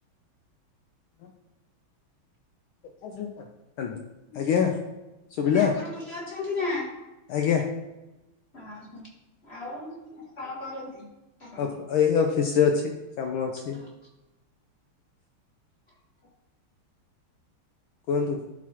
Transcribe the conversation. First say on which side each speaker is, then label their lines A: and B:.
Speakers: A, on the left (about 75°); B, on the left (about 30°).
A: ହୁଁ। ହ୍ୟାଲୋ ଆଜ୍ଞା। ଶୁଭିଲା
B: ମାନେ ଆପଣ ଭଲ ଅଛନ୍ତି ନା।
A: ଆଜ୍ଞା।
B: ହଁ ହୋ ଆଉ କଣ କରନ୍ତି? ଆପଣ?
A: ଅ ପ ଏଇ ଅଫିସ ରେ ଅଛି କାମ ଅଛି।
B: ହଁ ହ।
A: କୁହନ୍ତୁ।